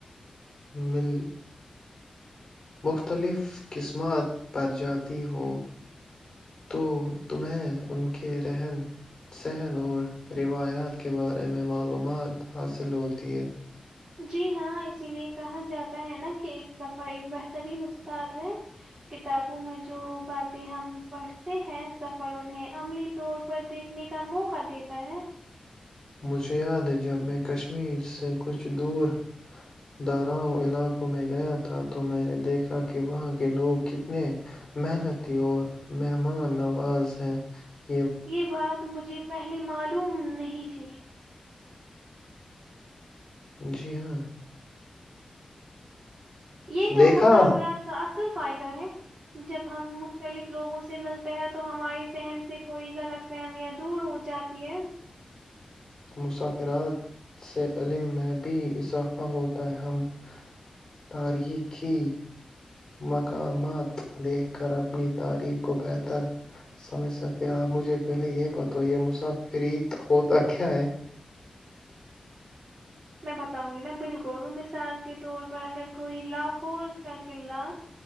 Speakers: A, on the left; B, on the right.
A: مل <unintelligible> مختلف قسمات پر جاتی ہو تو تمیں ان کے رہن سہن اور روایات کے بارے میں معلومات حاصل ہوتی ہے <unintelligible>
B: جی ہاں اسی لیے کہا جاتا ہے نا کہ ایک سفر ایک بتر <unintelligible> ترین استاد ہے <inaudible> کتابوں میں جو باتیں ہم پڑھتے ہیں سفر انہیں عملی طور پر دیکھنے کا موقع دیتا ہے <unintelligible>
A: مجھے یاد ہے جب میں کشمیر سے کچھ دور داراؤں علاقوں میں گیا تھا تو میں نے دیکھا کہ وہاں کے لوگ کتنے محنتی اور مہمان نواز ہیں <unintelligible>
B: یہ بات مجھے <unintelligible> پہلے معلوم نہیں تھی
A: جی ہاں <unintelligible>
B: یہی تو
A: دیکھا
B: آ مسافرات کاہ اصل <unintelligible> فائدہ ہے جب ہم مختلف لوگوں سے ملتے ہیں تو ہماراری ذہن سے کوئی غلط فہمیاں دور ہو جاتی ہے <unintelligible>
A: مسافرات سے علم میں بھی اضافہ ہوتا ہے ہم تاریخی مقامات دیکھ کر اپنی تاریخ کو بہتر سمجھ سکتے ہیں آپ مجھے پہلے یہ بت یہ مسافریت ہوتا کائے
B: میں بتاؤں گی نا بالکل مثال کے طور پر اگر کوئی لاہور کا قلا